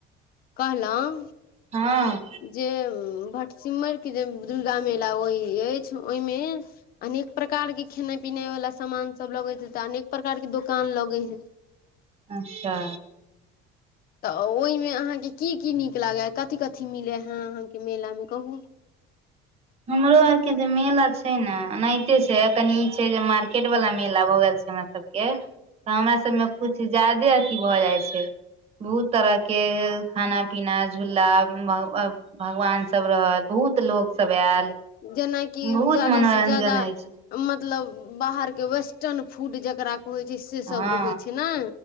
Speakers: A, on the left; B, on the right.
A: कहलौं
B: हँ
A: जे भटसिम्मैर के जे दुर्गा मेला होहि अछि ओहिमे अनेक प्रकार के खेनाइ पिनाई वाला सामान सब लगे हेतैऽ अनेक प्रकार के दोकान लगे हय
B: अच्छा
A: तऽ ओहिमे अहाँके की की नीक लागै कथी कथी मिलै हए अहाँके मेलामे कहू
B: हमरो आर के जेऽ मेला छै ने एनाहिते छै कनि ई छै जे मार्केट वाला मेला भऽ गेल छै हमरा सबके तऽ हमरा सबमे कुछ ज्यादे अथी भऽ जाइ छै भू तरहके भेल खाना पीना झूला भग भगवान सब रहल बहुत लोक सब आयल
A: जेनाकि
B: बहुत
A: ज्यादा
B: मनोरंजन
A: से जादा
B: अछि
A: मतलब बाहरके वेस्टर्न फूड जकरा कहैत छै सेसभ
B: हँ
A: रहैत छै ने